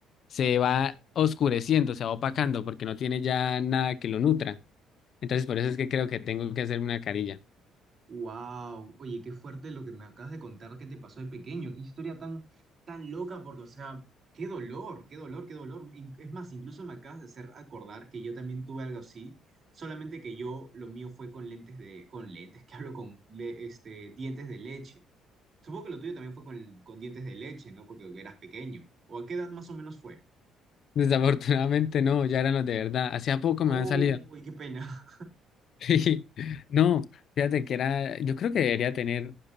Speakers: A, on the left; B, on the right.
A: se va oscureciendo, se va opacando porque no tiene ya nada que lo nutra. Entonces por eso es que creo que tengo que hacerme una carilla.
B: Wow, oye, qué fuerte lo que me acabas de contar que te pasó de pequeño, qué historia tan, tan loca, porque, o sea, qué dolor, qué dolor, qué dolor. In- Es más, incluso me acabas de hacer acordar que yo también tuve algo así, solamente que yo, lo mío fue con lentes de, con lentes, <laughs> que hablo con le- este, dientes de leche. Supongo que lo tuyo también fue con, con dientes de leche, ¿no? Porque eras pequeño. ¿O a qué edad más o menos fue?
A: Desafortunadamente no, ya eran los de verdad. Hacía poco
B: Oh,
A: me han salido.
B: qué pena.
A: Sí, No, fíjate que era, yo creo que debería tener